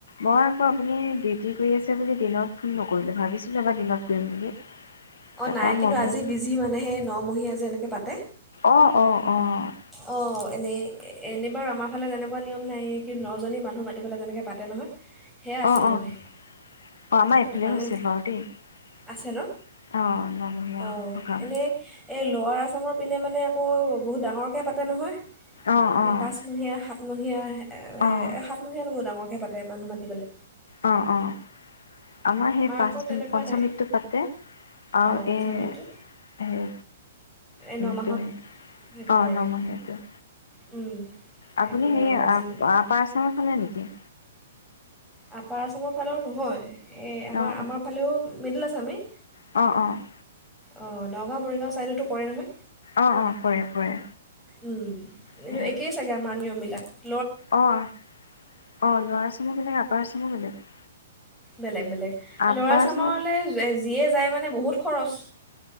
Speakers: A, on the left; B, in the centre.
A: মই আকৌ আপুনি ডিউটি কৰি আছ তে', বুলি দিনত ফোন নকৰিলোঁ, ভাবিছিলোঁ এবাৰ দিনত কৰিম বুলি।
B: অঁ',
A: তাৰপা
B: নাই, কিন্তু
A: মই বোলো
B: আজি বিজি মানে সেই নমহীয়া যে এনেকৈ কে, পাতে।
A: অ', - অ', - অ',।
B: অ', এনেই, এনেবাৰ আমাৰ ইফালে তেনেকুৱা নিয়ম নাই কি নজনী মানুহ মাতিব লাগে এনেকে পাতে নহয় সেয়া আছিল
A: অ', - অ', - অ',
B: মানে
A: - আমাৰ
B: সেইটো
A: এইফালে
B: কাৰণে
A: হৈছে বাৰু দেই অ',
B: আছে ন
A: নমহীয়া
B: অঁ
A: সকাম।
B: এনেই এই লোৱাৰ আছামৰ পিনে মানে আকৌ বহুত ডাঙৰ তাকে, পাতে নহয়।
A: অ', অ',
B: পাঁচমহীয়া সাতমহীয়া এ', - এ',
A: অ',
B: সাতমহীয়াটো বহুত ডাঙৰ ডাঙৰকে পাতে মানুহ মাতিবলৈ
A: অ', - অ', আমাৰ সেই পাঁচ,
B: আকৌ তেনেকুৱা
A: পঞ্চমৃত্যু
B: নাই
A: পাতে আৰু
B: অঁ মনসা
A: এই
B: মৃত্যু
A: হে
B: এই
A: সেটো
B: নমাহত
A: সে,
B: সেইটো
A: অ',
B: কৰে
A: নমহীয়াটো
B: উম',। সেইটো
A: আপুনি হেৰি
B: আজি
A: আ', আপাৰ আসামৰ ফালে নেকি?
B: আপাৰ আসামৰ ফালে নহয়। এই, আমাৰ
A: অ'
B: আমাৰ ফালেও মিডল আসামে
A: অ', - অ',।
B: অ', নগাঁও মৰিগাঁও ছাইডতো কৰে নহয়?
A: অ' অ' পৰে পৰে
B: উম', এটো
A: সেয়া
B: একেই চাগে আমাৰ নিয়মবিলা তাকে
A: অ', -অ', - লোৱাৰ আসামৰ বেলেগ আপ আপাৰ আসামৰ বেলেগ।
B: বেলেগ বেলেগ
A: আপাৰ
B: লোৱাৰ আসাম
A: আছামত
B: যিয়ে যায় মানে বহুত খৰচ